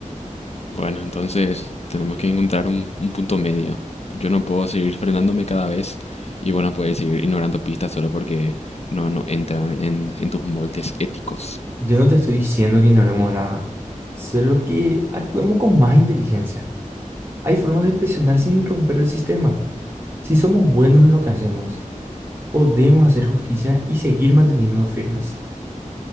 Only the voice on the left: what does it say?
Bueno, entonces tenemos que encontrar un, un punto medio. Yo no puedo seguir frenándome cada vez y bueno, puedes seguir ignorando pistas solo porque no, no entran en, en tus moldes éticos.